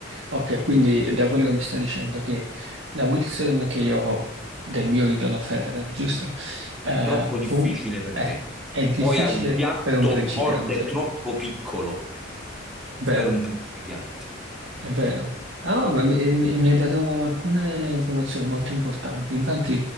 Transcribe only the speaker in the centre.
è troppo difficile
per
te.
Poi hai un piatto
corde troppo piccolo
per un principiante.